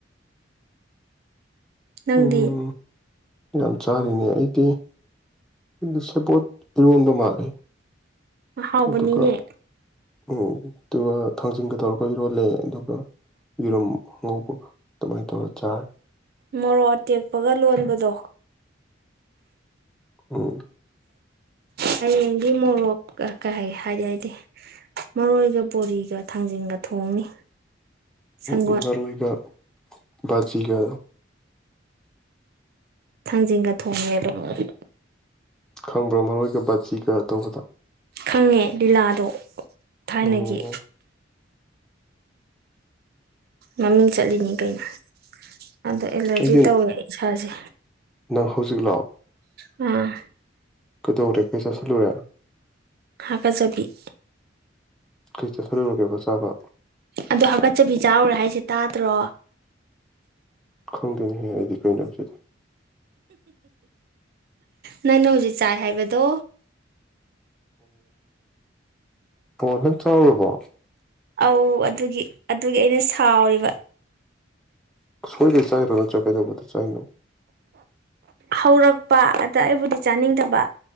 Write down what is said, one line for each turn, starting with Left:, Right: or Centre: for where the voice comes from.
Right: ꯅꯪꯗꯤ
Centre: ꯎꯝ ꯌꯥꯝ ꯆꯥꯔꯤꯅꯤ ꯑꯩꯗꯤꯗꯤ ꯁꯦꯄꯣꯠ ꯏꯔꯣꯟꯕ ꯃꯥꯜꯂꯦ
Right: ꯍꯥꯎꯕꯅꯤꯅꯦ
Centre: ꯑꯗꯨꯒ ꯎꯝ ꯑꯗꯨꯒ ꯊꯥꯡꯖꯤꯟꯒ ꯗꯣ ꯏꯔꯣꯜꯂꯦ ꯑꯗꯨꯒ ꯌꯦꯔꯨꯝ ꯉꯧꯕꯒ ꯑꯗꯨꯃꯥꯏꯅ ꯇꯧꯔꯥ ꯆꯥꯔꯦ
Right: ꯃꯣꯔꯣꯛ ꯑꯇꯦꯛꯄꯒ ꯂꯣꯟꯕꯗꯣ
Centre: ꯎꯝ
Right: ꯍꯌꯦꯡꯗꯤ ꯃꯣꯔꯣꯛ ꯀꯩ ꯍꯥꯏ ꯍꯥꯏꯗꯤ ꯍꯥꯏꯗꯦ ꯃꯔꯣꯏꯒ ꯕꯣꯔꯤꯒ ꯊꯥꯡꯖꯤꯟꯒ ꯊꯣꯡꯅꯤ ꯁꯪꯒꯣꯜ
Centre: ꯑꯝ ꯃꯔꯣꯏꯒ ꯕꯖꯤꯒ
Right: ꯊꯥꯡꯖꯤꯡꯒ ꯊꯣꯡꯉꯦ ꯊꯣꯡꯉꯗꯤ
Centre: ꯈꯪꯕ꯭ꯔꯣ ꯃꯔꯣꯏꯒ ꯕꯥꯒꯤꯒ ꯇꯧꯕꯗ
Right: ꯈꯪꯉꯦ ꯂꯤꯂꯥꯗꯣ ꯊꯥꯏꯅꯒꯤ
Centre: ꯎꯝ
Right: ꯃꯃꯤꯡ ꯆꯠꯂꯤꯅꯤ ꯀꯩꯅꯣ ꯑꯗꯣ ꯑꯦꯂꯔꯖꯤ
Centre: ꯑꯩꯗꯤ
Right: ꯇꯧꯋꯦ ꯏꯁꯥꯁꯦ
Centre: ꯅꯪ ꯍꯧꯖꯤꯛꯂꯣ
Right: ꯎꯝ
Centre: ꯀꯩꯗꯧꯔꯦ ꯀꯩ ꯆꯥꯁꯤꯟꯂꯨꯔꯦ
Right: ꯍꯥꯒꯖꯕꯤ
Centre: ꯀꯩ ꯆꯥꯁꯤꯜꯂꯨꯔꯒꯦꯕ ꯆꯥꯕ
Right: ꯑꯗꯣ ꯍꯥꯒꯠꯆꯕꯤ ꯆꯥꯎꯔꯦ ꯍꯥꯏꯁꯦ ꯇꯥꯗ꯭ꯔꯣ
Centre: ꯈꯪꯗꯦꯅꯦꯍꯦ ꯑꯩꯗꯤ ꯀꯩꯅꯣ ꯑꯗꯨꯗꯤ
Right: ꯅꯪꯅ ꯍꯧꯖꯤꯛ ꯆꯥꯏ ꯍꯥꯏꯕꯗꯣ
Centre: ꯑꯣ ꯅꯩ ꯆꯥꯔꯨꯕꯕꯣ
Right: ꯑꯧ ꯑꯗꯨꯒꯤ ꯑꯗꯨꯒꯤ ꯑꯩꯅ ꯁꯥꯎꯔꯤꯕ
Centre: ꯁꯣꯏꯗ ꯆꯥꯏꯔꯣ ꯅꯠꯇ꯭ꯔ ꯀꯩꯗꯧꯕꯗ ꯆꯥꯏꯅꯣ
Right: ꯍꯧꯔꯛꯄ ꯑꯗ ꯑꯩꯕꯨꯗꯤ ꯆꯥꯅꯤꯡꯗꯕ